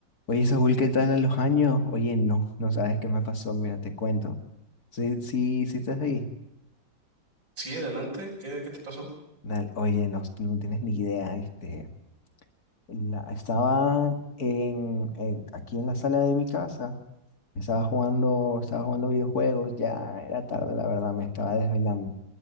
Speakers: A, on the left (about 50°); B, on the right (about 85°).
A: Oye, Saúl, ¿qué tal a los años? Oye, no, no sabes qué me pasó, mira, te cuento. Sí, sí, sí estás ahí.
B: Sí, adelante. ¿Qué, qué te pasó?
A: Dale, oye, no, no tienes ni idea, este, la- estaba en, en- aquí en la sala de mi casa, estaba jugando, estaba jugando videojuegos, ya era tarde, la verdad, me estaba desvelando.